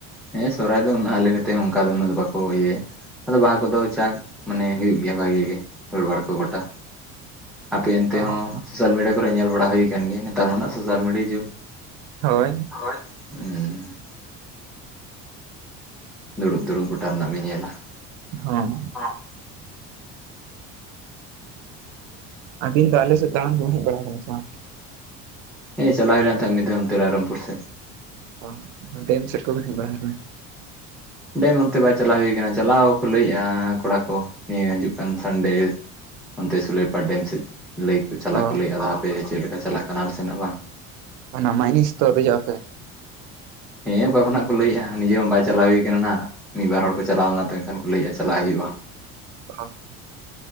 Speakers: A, in the centre; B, on the right.
A: ᱦᱮᱸ ᱥᱚᱨᱦᱟᱭ ᱫᱚ ᱩᱱᱟᱹᱜ ᱟᱞᱮ ᱱᱚᱛᱮ ᱚᱱᱠᱟ ᱫᱚ ᱩᱱᱟᱹᱜ ᱫᱚ ᱵᱟᱠᱚ ᱤᱭᱟᱹᱭᱟ ᱟᱫᱚ ᱵᱟᱦᱟ ᱠᱚᱫᱚ ᱡᱟᱠ ᱢᱟᱱᱮ ᱦᱩᱭᱩᱜ ᱜᱮᱭᱟ ᱵᱷᱟᱜᱤ ᱜᱮ ᱵᱷᱤᱲ ᱵᱷᱟᱲ ᱠᱚ ᱜᱚᱴᱟ ᱟᱯᱮ ᱮᱱᱛᱮ
B: ᱦᱩᱭᱩᱜᱼᱟ
A: ᱦᱚᱸ ᱥᱳᱥᱟᱞ ᱢᱤᱰᱤᱭᱟ ᱠᱚᱨᱮ ᱧᱮᱞ ᱵᱟᱲᱟ ᱦᱩᱭᱠᱟᱱ ᱜᱮᱭᱟ ᱱᱮᱛᱟᱨ ᱢᱟ ᱱᱟᱜ ᱥᱳᱥᱟᱞ ᱢᱤᱰᱤᱭᱟ ᱡᱩᱜᱽ
B: ᱦᱳᱭ᱾
A: ᱦᱳᱭ, ᱦᱩᱸ᱾ ᱫᱩᱲᱩᱵ ᱫᱩᱲᱩᱵ ᱜᱚᱴᱟ ᱨᱮᱱᱟᱜ ᱵᱤᱱ ᱧᱮᱞᱟ᱾
B: ᱦᱚᱸ᱾
A: ᱦᱚᱸ᱾
B: ᱟᱹᱵᱤᱱ ᱫᱚ ᱟᱞᱮᱥᱮᱫ ᱫᱟᱬᱟᱱ ᱠᱚ ᱦᱮᱡ ᱵᱟᱲᱟ ᱠᱟᱱᱟ ᱥᱮ ᱵᱟᱝ?
A: ᱦᱮᱸ ᱪᱟᱞᱟᱣ ᱦᱩᱭ ᱞᱮᱱ ᱛᱟᱦᱮᱸᱫ ᱢᱤᱫ ᱫᱷᱟᱣ ᱚᱱᱛᱮ ᱨᱟᱭᱨᱚᱢᱯᱩᱨ ᱥᱮᱫ᱾
B: ᱚ ᱰᱮᱢ ᱥᱮᱫ ᱠᱚ ᱵᱤᱱ ᱦᱮᱡ ᱵᱟᱲᱟ ᱠᱟᱱᱟ?
A: ᱰᱮᱢ ᱚᱱᱛᱮ ᱵᱟᱭ ᱪᱟᱞᱟᱣ ᱦᱩᱭ ᱠᱟᱱᱟ ᱪᱟᱞᱟᱣ ᱠᱚ ᱞᱟᱹᱭᱮᱫᱼᱟ ᱠᱚᱲᱟ ᱠᱚ ᱱᱤᱭᱟᱹ ᱦᱤᱡᱩᱜ ᱠᱟᱱ ᱥᱟᱱᱰᱮ ᱚᱱᱛᱮ ᱥᱩᱞᱟᱹᱭ ᱯᱟᱲ ᱰᱮᱢ ᱥᱮᱫ ᱞᱟᱹᱭ ᱟᱠᱚ ᱪᱟᱞᱟᱜ
B: ᱚ
A: ᱠᱚ ᱞᱟᱹᱭᱮᱫᱼᱟ ᱟᱫᱚ ᱦᱟᱯᱮ ᱪᱮᱫ ᱞᱮᱠᱟ ᱪᱟᱞᱟᱜ ᱠᱟᱱᱟ ᱟᱞ ᱥᱮ ᱱᱟᱸᱜ ᱵᱟᱝ?
B: ᱚᱱᱟ ᱢᱟᱭᱤᱱᱤᱥ ᱛᱚ ᱫᱮᱡᱚᱜ ᱟᱯᱮ?
A: ᱦᱮᱸ ᱚᱠᱟ ᱠᱷᱚᱱᱟᱜ ᱠᱚ ᱞᱟᱹᱭᱮᱜᱼᱟ ᱦᱚᱸ ᱢᱟ ᱵᱟᱭ ᱪᱟᱞᱟᱣ ᱦᱩᱭ ᱠᱟᱱᱟ ᱱᱟᱸᱜ ᱢᱤᱫᱵᱟᱨ ᱦᱚᱲ ᱠᱚ ᱪᱟᱞᱟᱣ ᱞᱮᱱᱟ ᱛᱚ ᱮᱱᱠᱷᱟᱱ ᱞᱟᱹᱭᱮᱫᱼᱟ ᱪᱟᱞᱟᱣ ᱦᱩᱭᱩᱜᱼᱟ᱾
B: <unintelligible>